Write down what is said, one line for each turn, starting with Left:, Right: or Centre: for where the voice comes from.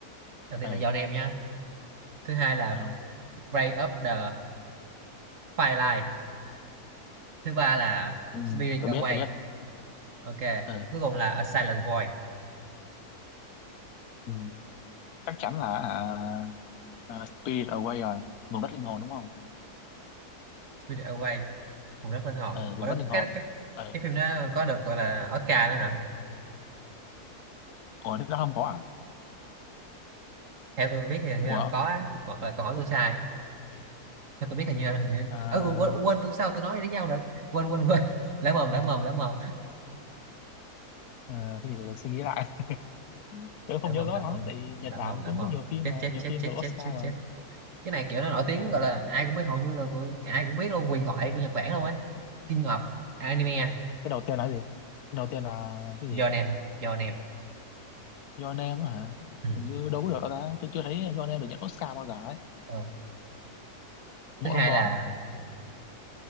Right: đầu
Left: ờ
Right: tiên là your name nhá. Thứ hai là
Left: ừ không
Right: break up the firelight. Thứ ba là
Left: ừ,
Right: spirit
Left: tôi
Right: away.
Left: biết tôi biết
Right: Ok,
Left: ờ
Right: cuối cùng là a silent void,
Left: Ừ. chắc chắn là à, à, Spirit Away rồi vùng đất linh hồn đúng không
Right: spirit away, vùng đất linh hồn.
Left: ờ vùng
Right: Ở đó
Left: đất linh hồn
Right: cái cái
Left: ờ
Right: cái phim đó có được gọi là Oscar nữa hả?
Left: ủa thế đó không có à
Right: Theo tôi biết thì hình như
Left: ủa
Right: là không có, á. hoặc là có tôi sai. Theo tôi biết hình như là hình như
Left: à,
Right: Ơ, quên, quên tôi sao tôi nói với nhau nữa. Quên quên quên. <laughs> Lỡ mồm lỡ mồm lỡ mồm
Left: à, cái gì để tôi suy nghĩ lại <laughs> tôi
Right: lỡ
Left: không
Right: mồm
Left: nhớ rõ
Right: lỡ
Left: lắm
Right: mồm
Left: tại vì Nhật
Right: lỡ
Left: Bản
Right: mồm lỡ
Left: cũng
Right: mồm.
Left: có nhiều phim
Right: Chết
Left: mà
Right: chết
Left: nhiều
Right: chết
Left: phim
Right: chết
Left: được
Right: chết
Left: Oscar
Right: chết
Left: mà
Right: chết. cái này kiểu nó nổi tiếng
Left: À,
Right: gọi là ai cũng biết hầu như là của, ai cũng biết luôn huyền thoại của Nhật Bản luôn ấy King of anime
Left: cái đầu tiên là cái gì? Cái đầu tiên là cái
Right: giờ
Left: gì?
Right: nèm giờ nèm
Left: Your Name á hả?
Right: ừ.
Left: Hình như đâu có được đâu ta. Tôi chưa thấy Your Name được nhận Oscar bao giờ ấy.
Right: Ờ.
Left: Một
Right: thứ hai
Left: ông đóm.
Right: là